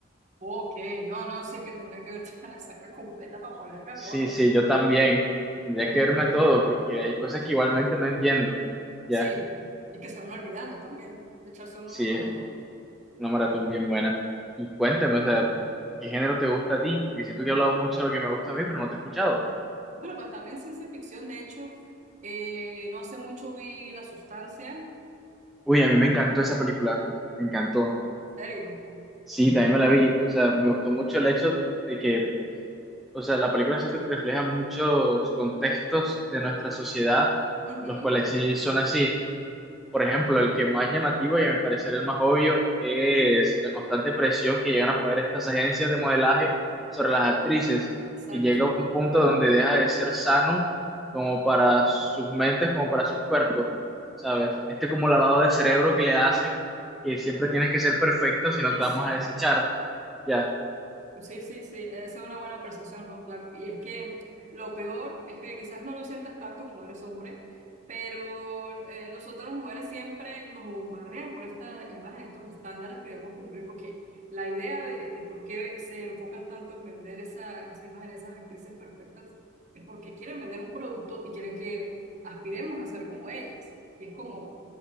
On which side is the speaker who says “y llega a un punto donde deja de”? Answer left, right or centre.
Centre